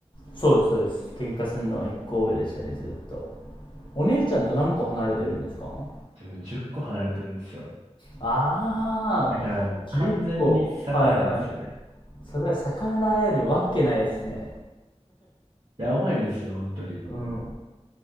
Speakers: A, on the left (about 45°); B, on the right (about 45°).
A: そうです、そうです。喧嘩するのは1個上でしたね、ずっと。お姉ちゃんと何個離れてるんですか
B: 自分10個離れてるんですよ。
A: ああ、
B: だからもう完全に逆らえないんですよね。
A: 10個。はいはい。それは逆らえるわけないですね。
B: やばいですよ、本当に。
A: うん。